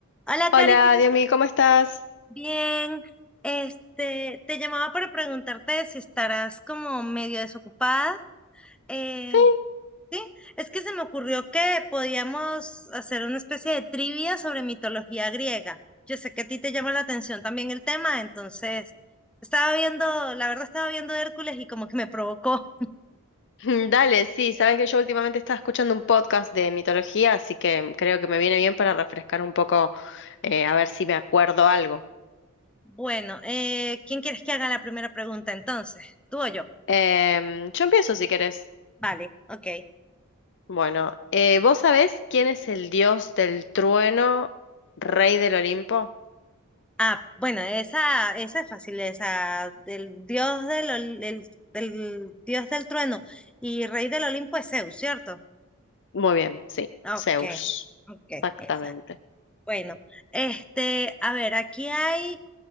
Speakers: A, in the centre; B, on the left.
A: Hola,
B: Hola,
A: Cari, ¿cómo estás?
B: Diomi, ¿cómo estás?
A: Bien. Este, te llamaba para preguntarte si estarás como medio desocupada. Eh,
B: Sí,
A: sí, es que se me ocurrió que podíamos hacer una especie de trivia sobre mitología griega. Yo sé que a ti te llama la atención también el tema, entonces estaba viendo, la verdad estaba viendo Hércules y como que me provocó. <laughs>
B: <laughs> Dale, sí, sabes que yo últimamente estaba escuchando un podcast de mitología, así que creo que me viene bien para refrescar un poco, eh, a ver si me acuerdo algo.
A: Bueno, eh, ¿quién quieres que haga la primera pregunta entonces? ¿Tú o yo?
B: Em, yo empiezo si querés.
A: Vale, ok.
B: Bueno, eh, ¿vos sabés quién es el dios del trueno, rey del Olimpo?
A: Ah, bueno, esa, esa es fácil, esa del dios del, ol- del, del dios del trueno y rey del Olimpo es Zeus, ¿cierto?
B: Muy bien, sí,
A: Ok,
B: Zeus.
A: ok,
B: Exactamente.
A: exacto. Bueno, este, a ver, aquí hay,